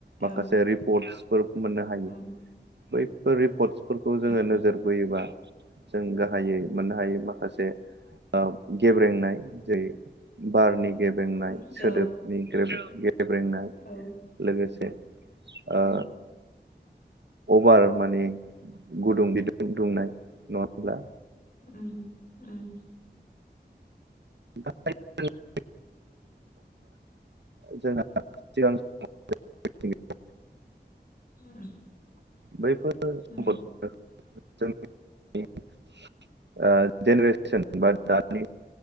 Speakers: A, on the right; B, on the left.
A: माखासे
B: औ
A: रिपर्टसफोर मोननो हायो।
B: उम
A: बैफोर रिपर्टसफोरखौ जोङो
B: उम
A: नोजोर बोयोबा जों गाहायै मोननो हायै माखासे ओ गेब्रेंनाय। जेरै बारनि गेब्रेंनाय
B: औ
A: सोदोबनि गेब्रेंनाय
B: औ
A: लोगोसे ओ
B: उम
A: अभार माने गुदुं बिदुं दुंनाय नङा होमब्ला।
B: उम उम।
A: <unintelligible> <inaudible> जोंहा सिगां <unintelligible>
B: उम।
A: बैफोर सम्पद
B: उम
A: जोंनि ओ जेनेरेसन बा दानि